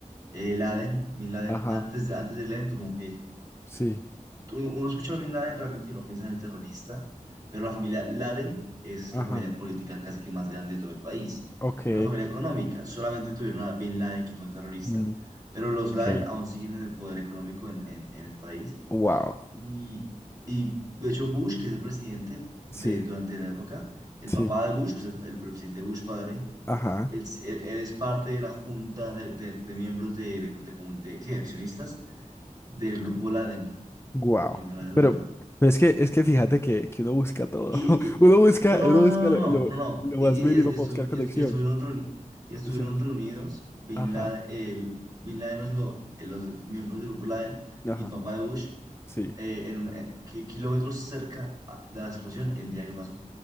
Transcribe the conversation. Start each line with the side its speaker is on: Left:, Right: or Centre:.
Right: eh, Laden, Bin Laden,
Left: ajá,
Right: antes, de- antes del evento, como que
Left: sí,
Right: tú- uno escucha a Bin Laden realmente y no piensa en el terrorista, pero la familia Laden es
Left: ajá,
Right: la familia política casi que más grande de todo el país.
Left: ok.
Right: Es una familia económica, solamente tuvieron a Bin Laden que fue un terrorista,
Left: mm,
Right: pero los
Left: ok.
Right: Laden aún siguen en el poder económico en, en- en el país.
Left: Wow,
Right: Y, y de hecho Bush, que es el presidente
Left: sí,
Right: de, durante la época, el
Left: sí,
Right: papá de Bush, pues el, el presidente Bush padre,
Left: ajá,
Right: él, s- él- él es parte de la junta de, de- de miembros de, de, de comun- de- sí, accionistas del grupo Laden
Left: wow.
Right: en Arabia Saudita.
Left: Pero, pero es que, es que fíjate que, que uno busca todo.
Right: Y,
Left: <laughs> Uno busca,
Right: y- y- no, no,
Left: uno
Right: no,
Left: busca
Right: no,
Left: lo,
Right: no,
Left: lo,
Right: no, no. no,
Left: lo
Right: Y,
Left: más mínimo
Right: y- y es- estu-
Left: para buscar conexión.
Right: y es- y estuvieron, reuni- y estuvieron
Left: Sí,
Right: reunidos Bin
Left: Ajá,
Right: Laden, eh, Bin Laden, no, sino eh, los miembros del grupo Laden
Left: ajá,
Right: y el papá de Bush
Left: sí.
Right: eh, en un- eh, ki- kilómetros cerca a- de la explosión el día que pasó